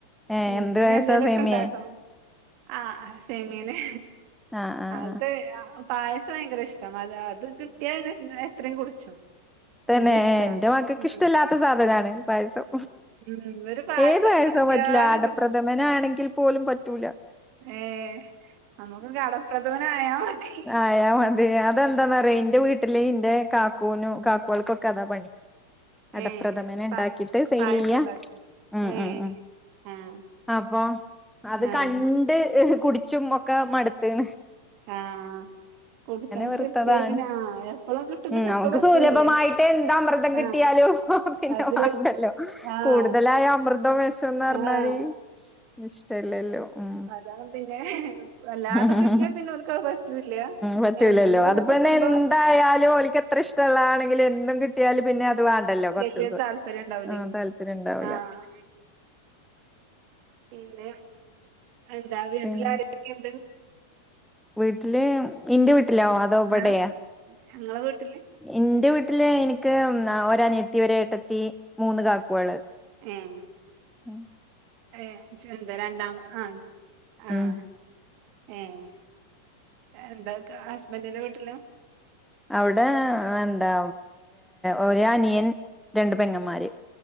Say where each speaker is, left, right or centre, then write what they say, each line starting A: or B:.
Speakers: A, in the centre; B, on the right (about 45°).
A: ഏഹ്
B: ഇന്ന്
A: എന്ത്
B: ഇനി
A: പായസാ
B: എന്തേലൊക്കെ
A: സേമിയേ
B: ഇണ്ടാക്കണം ആഹ് ആഹ് സേമിയെന്നേ
A: ആഹ് ആഹ്
B: അത് ആഹ് പായസം ഭയങ്കര ഇഷ്ടാ അത് കിട്ടിയാല് പിന്നെ എത്രയും കുടിച്ചും
A: തന്നേ
B: വല്യ ഇഷ്ടാണ്
A: എന്റെ മക്കക്ക് ഇഷ്ടല്ലാത്ത
B: ഉം
A: സാധനാണ് പായസം
B: ഉം ഒരു പായസം
A: ഏത് പായസോം
B: എത്ര കിട്ടിയാലും
A: പറ്റില്ല അടപ്രഥമനാണെങ്കിൽ
B: കുടിച്ചും
A: പോലും പറ്റുല്ല
B: ഏഹ് നമുക്ക് കടപ്രഥമനായാ മതി
A: ആയാ മതി അതെന്താന്നറിയോ ഇന്റെ വീ ട്ടില് ഇന്റെ കാക്കൂനും കാക്കോൾക്ക് അതാ പണി അടപ്രഥമന്
B: ഏഹ്
A: ഇണ്ടാക്കീട്ട്
B: പാ
A: സെയിലിയ്യ
B: പായസം ഉണ്ടാക്കും
A: ഉം
B: ഏഹ്
A: ഉം ഉം
B: ആഹ്
A: അപ്പൊ അത്
B: ആഹ്
A: ക ണ്ട് കുടിച്ചും ഒക്കെ മടുത്ത് ക്ണ്
B: ആഹ് കുടിച്ചാൻ
A: വെറുത്തതാണ്
B: കിട്ടിയാ പിന്നേ എപ്പളും കിട്ടുമ്പോ
A: ഉം
B: ചെലപ്പോ
A: നമുക്ക്
B: പറ്റൂല്ല
A: സുലഭമായിട്ട് എന്ത്‌ അമൃതം കിട്ടിയാളും
B: ആഹ്
A: പിന്നെ
B: അത്
A: വേണ്ടല്ലോ
B: ആഹ്
A: കൂടുതലായി അമൃതും വെ ഷംന്ന് പറഞാരി
B: ആഹ്
A: ഇഷ്ടല്ലല്ലോ ഉം
B: അതാ പിന്നെ വല്ലാതെ
A: ഉം
B: കിട്ടിയാ പിന്നെ ഓൽക്കത് പറ്റൂല്ല
A: പറ്റൂലല്ലോ
B: എന്തെങ്കിലൊക്കെ
A: അതിപ്പന്നെ
B: കിട്ടുമ്പോ
A: എന്തായാലും ഓല്ക്ക് എത്ര ഇഷ് ടള്ളാണെങ്കിലും എന്നും കിട്ടിയാല് പിന്നെ അത് വേണ്ടല്ലോ കൊറച്ച്
B: വല്യ
A: ദിവസം
B: താല്പര്യം ഇണ്ടാവുല്ലേ
A: ആ താല്പര്യം ഉണ്ടാവൂല
B: ആഹ് പിന്നെ എന്താ വീട്ടില്
A: പിൻ
B: ആരൊക്കെക്കെണ്ട്
A: വീട്ടില് ഇന്റെ വീട്ടിലോ അതോ ഇവിടെയാ
B: ആഹ് ഇങ്ങളെ വീട്ടില്
A: ഇന്റെ വീട്ടില് എനിക്ക് ഒരനിയത്തി ഒര് എട്ടത്തി മൂന്ന് കാക്കോള്
B: ഏഹ്
A: ഉം
B: ഏഹ. ചെന്താ രണ്ടാം ആഹ. ആഹ.
A: ഉം
B: ഏഹ എന്താ ക ഹസ്ബന്റിന്റെ വീട്ടിലോ.
A: അവിടെ ഹ്. എന്താ ഒരഅനിയൻ. രണ്ട് പെങ്ങന്മാര്..